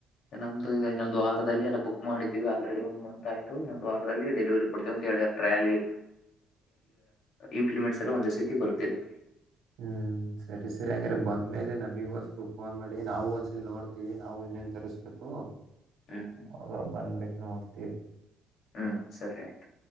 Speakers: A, on the left; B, on the right.
A: ನಮ್ದು ಈಗ ಇನ್ನೊಂದು ವಾರದಲ್ಲಿ ಎಲ್ಲ ಬುಕ್ ಮಾಡಿದೀವಿ ಆಲ್ರೆಡಿ ಒಂದ್ ಮಂತ್ ಆಯ್ತು ಇನ್ನೊಂದು ವಾರದಲ್ಲಿ ಡೆಲಿವರಿ ಕೊಡ್ತೀವಿ ಟ್ಯಾಲಿ ಇಂಪ್ಲಿಮೆಂಟ್ಸ್ ಎಲ್ಲ ಒಂದ ಸತಿ ಬರುತ್ತದೆ
B: ಹ್ಮ್ ಸರಿ ಸರಿ ಹಂಗ್ರೆ ಬಂದ್ಮೇಲೆ ನಮಗ ಒಂದ್ಸಲ್ ಫೋನ್ ಮಾಡಿ ನಾವು ಒಂದ್ಸಲ ನೋಡ್ತಿೀವಿ ನಾವು ನ್ ತರಿಸಬೇಕು
A: ಹ್ಮ್ ಹ್ಮ್
B: ಆಾಗ ಬಂದಬೇಕು ನೋಡ್ತಿ
A: ಹ್ಮ್ ಸರಿ ಆಯ್ತು